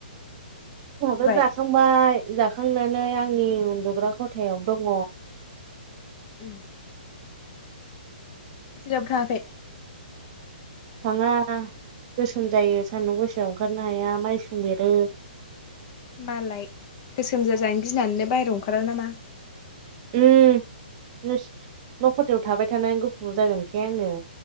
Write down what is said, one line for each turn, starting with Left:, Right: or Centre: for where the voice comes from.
Left: उन्दुबाय
Right: उमबो जासांबाय जाखांनानै आंनि उन्दुग्रा खथायाव दङ
Left: उम जेरावबो थाङाखै
Right: थाङा। गोसोम जायो सान्दुं गोसायाव ओंखारनो हाया मायसुं बेरो।
Left: मालाय गोसोम जाजानो गिनानैनो बाहेराव ओंखारा नामा।
Right: उम नुस न'खथायाव थाबाय थानानै गुफुर जागोनखाय आङो।